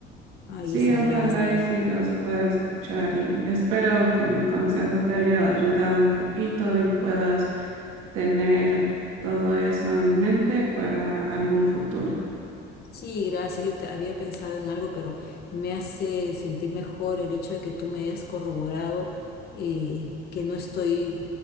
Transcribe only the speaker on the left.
Ay,
Isa,
gracias.
Sí, gracias. Yo te- había pensado en algo, pero me hace sentir mejor el hecho de que tú me hayas corroborado eh, que no estoy